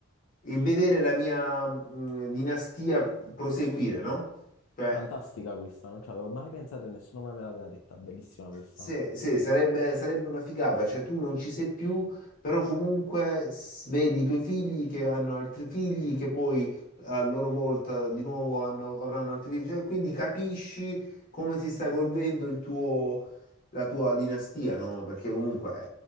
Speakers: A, on the left (about 40°); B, on the left (about 70°).
A: e vedere la mia mh, dinastia proseguire, no? Cioè,
B: Fantastica questa, non ci avevo mai pensato e nessuno mai me l'aveva detta. Bellissima questa.
A: Sì, sì, sarebbe, sarebbe una figata, cioè tu non ci sei più, però comunque s- vedi i tuoi figli che hanno altri figli, che poi a loro volta di nuovo hanno- avranno altri figli, cioè, quindi capisci come si sta evolvendo il tuo, la tua dinastia, no? Perché comunque,